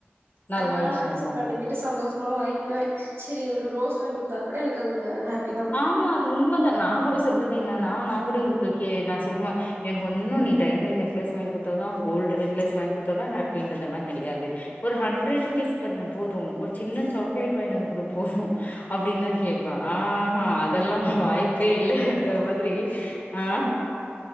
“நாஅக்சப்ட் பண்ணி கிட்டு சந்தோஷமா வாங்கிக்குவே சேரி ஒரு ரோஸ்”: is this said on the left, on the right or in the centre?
Right